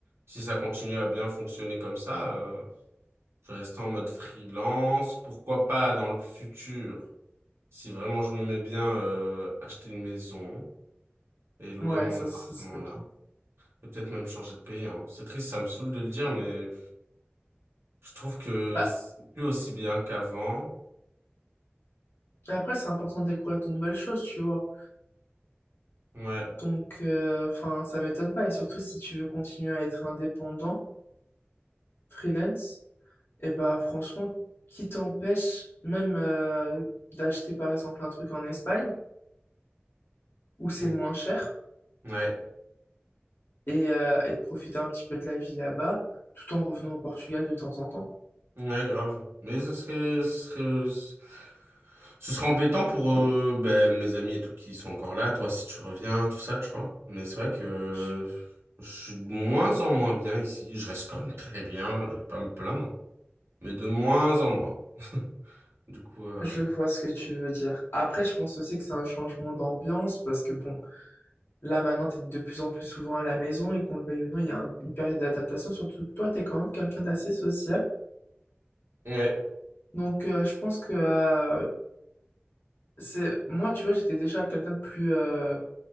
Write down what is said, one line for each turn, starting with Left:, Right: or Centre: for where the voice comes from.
Right: Si ça continue à bien fonctionner comme ça, euh, je vais rester en mode freelance. Pourquoi pas dans le futur, si vraiment je me mets bien, euh, acheter une maison et louer
Left: Ouais,
Right: mon
Left: ça,
Right: appartement
Left: ce serait bien.
Right: là. Et peut-être même changer de pays. hein. C'est triste, ça me saoule de le dire, mais Je trouve que
Left: Bah,
Right: c'est plus aussi bien qu'avant.
Left: et après, c'est important de découvrir de nouvelles choses, tu vois.
Right: Ouais.
Left: Donc, euh, enfin, ça m'étonne pas. Et surtout, si tu veux continuer à être indépendant, freelance, Et bah franchement, qui t'empêche même euh, d'acheter par exemple un truc en Espagne où c'est
Right: Mm.
Left: moins cher
Right: Ouais.
Left: et, euh, et de profiter un petit peu de la vie là-bas tout en revenant au Portugal de temps en temps.
Right: Ouais, grave. Mais ce serait, ce serait, ce serait embêtant pour euh, ben, mes amis et tout qui sont encore là. Toi, si tu reviens, tout ça, tu vois. Mais c'est vrai que
Left: Je
Right: je suis de moins en moins bien ici. Je reste quand même très bien. Je vais pas me plaindre. Mais de moins en moins. Du coup, euh,
Left: je vois ce que tu veux dire. Après, je pense aussi que c'est un changement d'ambiance parce que bon, là maintenant t'es de plus en plus souvent à la maison et qu'on le veuille ou non, il y a un- une période d'adaptation, surtout que toi t'es quand même quelqu'un d'assez sociable.
Right: ouais.
Left: Donc euh, je pense que euh, c'est moi tu vois, j'étais déjà quelqu'un de plus euh,